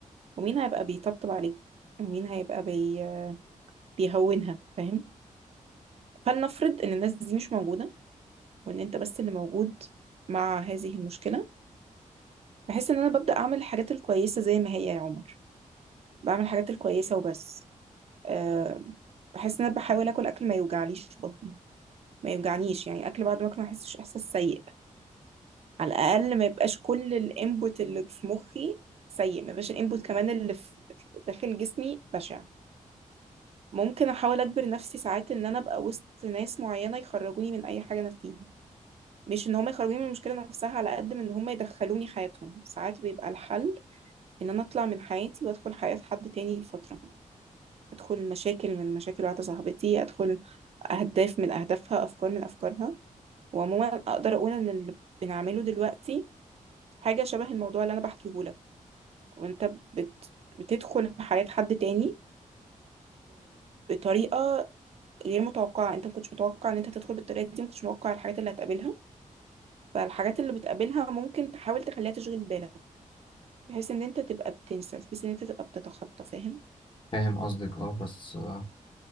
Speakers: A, on the right (about 45°); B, on the left (about 35°).
A: ومين هيبقى بيطبطب عليك ومين هيبقى بي... بيهونها فاهم؟ فلنفرض إن الناس دي مش موجودة وإن أنت بس اللي موجود مع هذه المشكلة بحس ان انا ببدأ اعمل الحاجات الكويسة زي ما هي يا عمر بعمل الحاجات الكويسة وبس أه بحس ان انا بحاول اكل اكل ما يوجعليش بطني ما يوجعنيش يعني اكل بعد ما اكل ما احسش احساس سيء على الاقل ما يبقاش كل الانبوت اللي في مخي سيء ما يبقاش الانبوت كمان اللي في في داخل جسمي بشع ممكن احاول اجبر نفسي ساعات ان انا ابقى وسط ناس معينة يخرجوني من اي حاجة انا فيها مش ان هم يخرجوني من المشكلة نفسها على قد ما ان هم يدخلوني حياتهم ساعات بيبقى الحل ان انا اطلع من حياتي وادخل حياة حد تاني لفترة ادخل مشاكل من مشاكل واحدة صاحبتي ادخل اهداف من اهدافها افكار من افكارها وعموما اقدر اقول ان اللي بنعمله دلوقتي حاجة شبه الموضوع اللي انا بحكيه لك وانت بت... بتدخل حياة حد تاني بطريقة غير متوقعة انت ما كنتش متوقع ان انت تدخل بالطريقة دي ما كنتش متوقع الحاجات اللي هتقابلها فالحاجات اللي بتقابلها ممكن تحاول تخليها تشغل بالك بحيث ان انت تبقى بتنسى بحيث ان انت تبقى بتتخطى فاهم
B: فاهم قصدك اه بس آه،